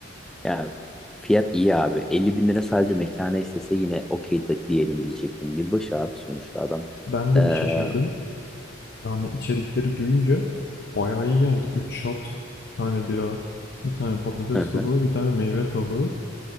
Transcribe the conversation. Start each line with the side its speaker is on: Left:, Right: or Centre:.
Centre: Ya fiyat iyi abi. elli bin lira sadece mekana istese yine okey de diyelim diyecektim. Yılbaşı abi sonuçta adam.
Left: Ben de
Centre: Ee, hı
Left: bir şaşırdım. Yani içerikleri duyunca bayağı iyi geldi. 3 şat, bir tane bira, bir tane patates
Centre: hı.
Left: tabağı, bir tane meyve tabağı.